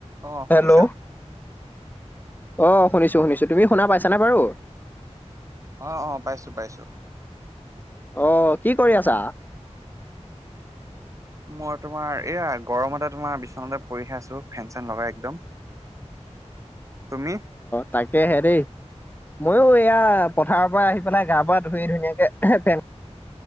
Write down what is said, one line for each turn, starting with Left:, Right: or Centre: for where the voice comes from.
Right: অ শুনিছা
Left: hello. অ' শুনিছো শুনিছো, তুমি শুনা পাইছানে বাৰু?
Right: অহ- অহ' পাইছো পাইছো।
Left: অ' কি কৰি আছা?
Right: মই তোমাৰ এইয়া গৰমতে তোমাৰ বিচনাতে পৰিহে আছো ফেন-চেন লগাই একদম। তুমি?
Left: তাকেহে দেই। মইয়ো এইয়া পথাৰৰ পৰা আহি পেলাই গা পা ধুই ধুনীয়াকে ফেন -